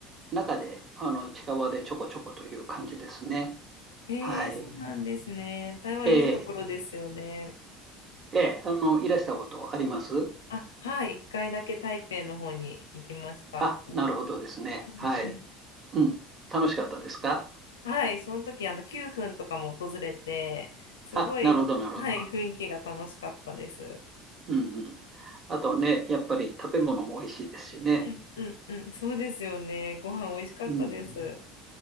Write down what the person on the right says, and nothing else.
中であの近場でちょこちょこという感じですね。
はい。
ええええあの、いらしたことあります
あ、なるほどですね。
はい。うん。楽しかったですか
あ、なるほど、なるほど。
うんうん。あとね、やっぱり食べ物も美味しいですしね。
うん。